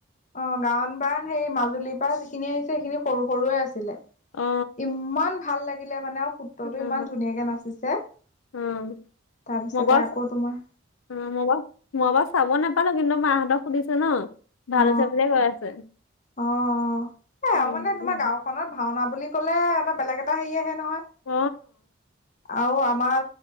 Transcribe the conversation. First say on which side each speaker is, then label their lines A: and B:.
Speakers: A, on the left; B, on the left.
A: অ গায়ন বায়ন সেই মাজুলীৰ পৰা যিখিনি আহিছে সেইখিনি সৰু সৰুৱে আছিলে।
B: অ
A: ইমান ভাল লাগিলে মানে। সূত্ৰতটো
B: অ
A: ইমান ধুনীয়াকে নাচিছে
B: অ
A: তাৰপিছতে
B: মগজ
A: আকৌ তোমাৰ
B: অ মই বাৰু মই বাৰু চাব নাপালোঁ কিন্তু মাহতক সুধিছো ন ভাল
A: অ
B: আছে বুলিয়ে কৈ আছে।
A: অ এ
B: উম,
A: আৰু মানে তোমাৰ গাঁওখনত ভাওনা বুলি ক'লে এটা বেলেগ এটা হেৰি। নহয়।
B: অ',
A: আৰু আমাৰ